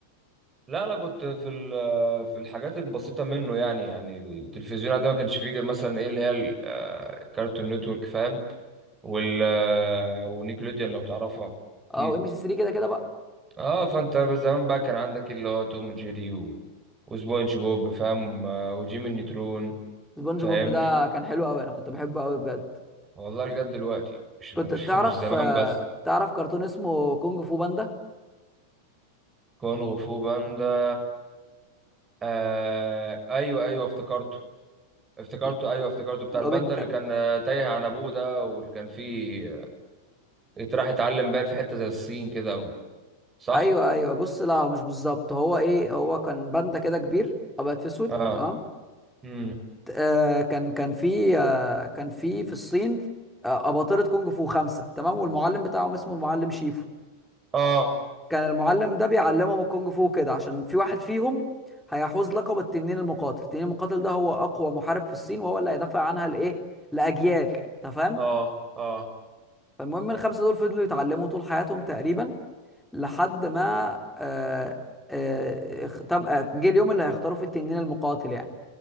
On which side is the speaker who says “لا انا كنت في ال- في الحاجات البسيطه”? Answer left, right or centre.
Right